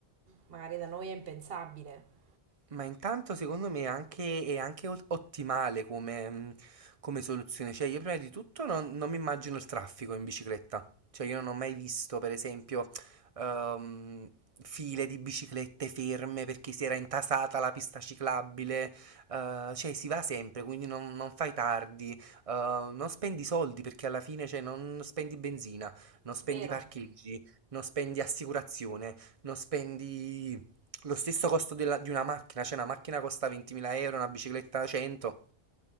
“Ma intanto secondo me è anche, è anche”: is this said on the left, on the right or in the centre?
Right